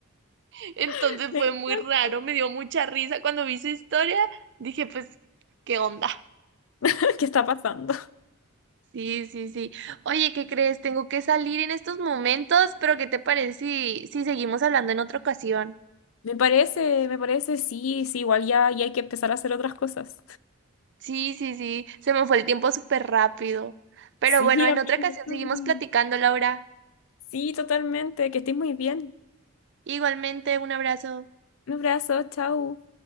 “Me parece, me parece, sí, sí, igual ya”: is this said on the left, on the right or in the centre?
Left